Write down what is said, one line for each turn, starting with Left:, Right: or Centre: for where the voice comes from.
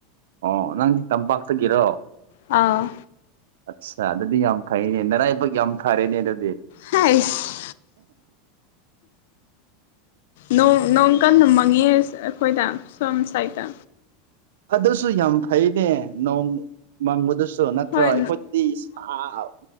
Right: ꯑꯣ ꯅꯪꯗꯤ ꯇꯝꯄꯥꯛꯇꯒꯤꯔꯣ
Left: ꯑꯥꯎ
Right: ꯑꯠꯁ ꯑꯗꯨꯗꯤ ꯌꯥꯝ ꯐꯩꯅꯦ ꯅꯔꯥꯏꯕꯛ ꯌꯥꯝ ꯐꯔꯦꯅꯦ ꯑꯗꯨꯗꯤ
Left: ꯍꯥꯏꯁ ꯅꯣꯡ ꯅꯣꯡ ꯀꯟꯅ ꯃꯪꯉꯦ ꯑꯩꯈꯣꯏꯗ ꯁꯣꯝ ꯁꯥꯏꯠꯇ
Right: ꯑꯗꯨꯁꯨ ꯌꯥꯝ ꯐꯩꯅꯦ ꯅꯣꯡ ꯃꯪꯕꯗꯨꯁꯨ ꯅꯠꯇ꯭ꯔꯣ
Left: ꯍꯣꯏ
Right: ꯑꯩꯈꯣꯏꯗꯤ ꯁꯥ